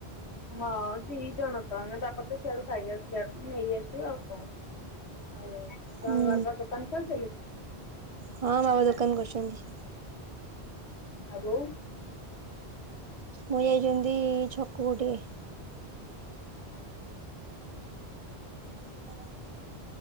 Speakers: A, on the left; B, on the right.
A: ହଁ ଦି ଜଣ ତ ଆମେ ବାପା ତ ସିଆଡୁ ଖାଇ ଆସୁଛନ୍ତି ସିଆଡୁ ନେଇ ଆସିବେ ଆଉ କଣ? ହଉ ତମ
B: ହୁଁ
A: ବାପା ଦୋକାନ ଖୋଲି ଥିଲେ?
B: ହଁ ବାବା ଦୋକାନ କରିଛନ୍ତି।
A: ଆଉ ବୋଉ?
B: ମୁଁ ଯାଇଛନ୍ତି ଛକକୁ ଟିକେ।
A: ହ <unintelligible>
B: ହଁ <unintelligible>